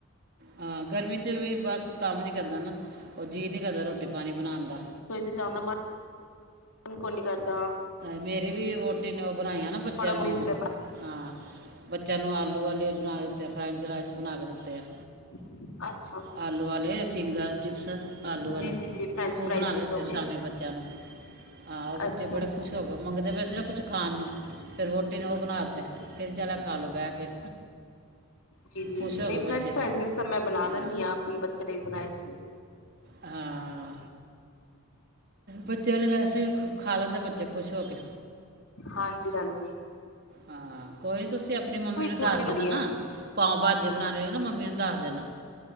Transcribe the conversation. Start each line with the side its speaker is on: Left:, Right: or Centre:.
Right: ਹਾਂ ਗਰਮੀ 'ਚ' ਵੀ ਬਸ ਕੰਮ ਨੀ ਕਰਦਾ ਨਾ ਉਹ ਜੀਅ ਨਹੀਂ ਕਰਦਾ ਰੋਟੀ-ਪਾਣੀ ਬਣਾਉਣ ਦਾ
Left: <unintelligible> ਕੋਈ ਨਹੀਂ ਕਰਦਾ।
Right: ਮੇਰੀ ਵੀ ਵਹੁਟੀ ਨੇ ਉਹ ਬਣਾਈਆਂ ਨਾ ਬੱਚਿਆਂ
Left: ਥੋੜਾ ਮਿਸ
Right: ਨੂੰ, ਹਾਂ ਬੱਚਿਆਂ ਨੂੰ ਆਲੂ ਵਾਲੇ ਬਣਾ ਦਿੱਤੇ ਆ ਫਰੈਂਚ ਰਾਈਸ ਬਣਾ ਕੇ ਦਿੱਤੇ ਆ।
Left: <unintelligible> ਅੱਛਾ!
Right: ਆਲੂ ਵਾਲੇ ਫਿੰਗਰ ਚਿਪਸ ਆਲੂ ਵਾਲੇ
Left: ਜੀ ਜੀ ਜੀ ਫਰੈਂਚ
Right: ਉਹ
Left: ਫਰਾਈਜ਼
Right: ਬਣਾ ਕੇ ਦਿੱਤੇ
Left: ਹੋ ਗਏ
Right: ਸ਼ਾਮੀ ਬੱਚਿਆਂ ਨੂੰ ਹਾਂ ਬੱਚੇ
Left: ਅੱਛਾ
Right: ਬੜੇ
Left: ਅੱਛਾ
Right: ਖੁਸ਼ ਹੋ ਮੰਗਦੇ ਫਿਰ ਕੁਝ ਖਾਣ ਨੂੰ ਫਿਰ ਵਹੁਟੀ ਨੇ ਬਣਾ ਤੇ। ਕਹਿੰਦੀ ਚਲ ਆ ਖਾ ਲਓ ਬਹਿ ਕੇ
Left: ਜੀ-ਜੀ
Right: ਖੁਸ਼
Left: ਮੇਰੀ
Right: ਹੋ ਗਏ
Left: ਫਰੈਂਡਸ
Right: ਬੱਚੇ
Left: ਭਾਰੀ ਚੀਜ਼ ਤਾਂ ਮੈਂ ਬਣਾ
Right: ਹਾਂ
Left: ਦਿੰਨੀ ਆ ਆਪਣੇ ਬੱਚੇ ਲਈ ਬਣਾਏ ਸੀ।
Right: ਹਾਂ। ਬੱਚਿਆਂ ਲਈ ਰੈਸਪੀ ਖਾ-ਖਾ ਲੈਂਦਾ ਬੱਚਾ ਖੁਸ਼ ਹੋ ਕੇ।
Left: ਹਾਂਜੀ-ਹਾਂਜੀ।
Right: ਹਾਂ, ਕੋਈ ਨੀ ਤੁਸੀਂ ਆਪਣੀ ਮੰਮੀ ਨੂੰ
Left: ਥੋੜੀ
Right: ਦੱਸ
Left: ਹੁੰਦੀ
Right: ਦੇਣਾ ਨਾ।
Left: ਹੈ
Right: ਪਾਓ ਭਾਜੀ ਬਣਾਉਣੇ ਹੋਏ ਨਾ ਮੰਮੀ ਨੂੰ ਦੱਸ ਦੇਣਾ।